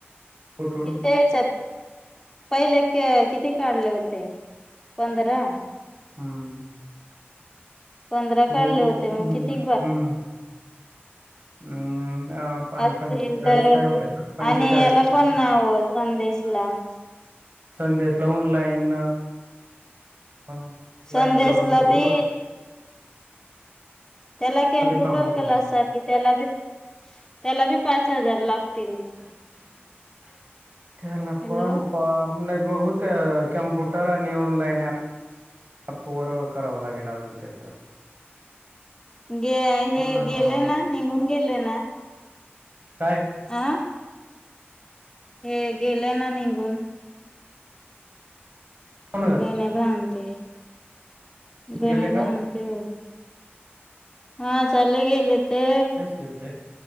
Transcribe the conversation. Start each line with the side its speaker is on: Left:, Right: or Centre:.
Right: कुठून
Left: इथ आहेच पहिले किती काढले होते पंधरा
Right: हम्म! बघम्
Left: पंधरा काढले होते
Right: हम्म
Left: मग किती
Right: <unintelligible> अं, पण
Left: असेल
Right: पंचेचाळीस
Left: तर
Right: काय होते ना पंचेचाळीस
Left: आणि याला
Right: होते
Left: पण
Right: ना
Left: नाव संदेश ला, ह
Right: संदेशला ऑनलाईन, ह ऑनलाईन
Left: संदेशला
Right: मध्ये भरून घेऊ.
Left: बी त्याला कम्प्युटर
Right: फॉर्म भरून
Left: क्लास
Right: देऊ
Left: साठी त्याला बी त्याला बी पाच हजार लागतील,
Right: ह त्याला
Left: हॅलो
Right: पण प नाही बघू त्या कम्प्युटर आणि ऑनलाईन आप व करावं लागेल अजून त्याच.
Left: गे हे
Right: अं,
Left: गेले ना! निघून गेले ना!
Right: काय
Left: अ हे गेले ना निघून?
Right: कोण
Left: गणे भधते गणे
Right: गेले का
Left: भांधते हो. हा चाल गेले. ते
Right: गस मिळत.